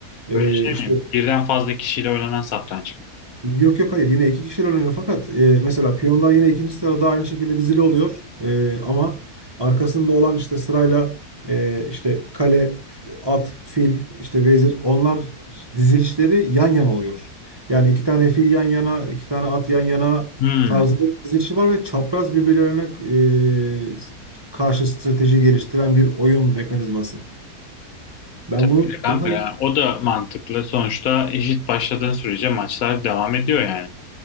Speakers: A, on the right; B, on the left.
A: Ee,
B: Böyle şey
A: işte
B: mi? Birden fazla kişiyle oynanan satranç mı?
A: Yok yok hayır yine iki kişiyle oynanıyor fakat e, mesela piyonlar yine ikinci sırada aynı şekilde dizili oluyor. E, ama arkasında olan işte sırayla e, işte kale, f- at, fil, işte vezir onlar dizilişleri yan yana oluyor. Yani iki tane fil yan yana, iki tane at yan yana
B: Hmm.
A: tarzında bir dizilişi var ve çapraz birbirlerine e, karşı strateji geliştiren bir oyun mekanizması. Ben
B: Tabii
A: bunu
B: ki de kanka
A: daha
B: ya. O da mantıklı. Sonuçta eşit başladığın sürece maçlar devam ediyor yani.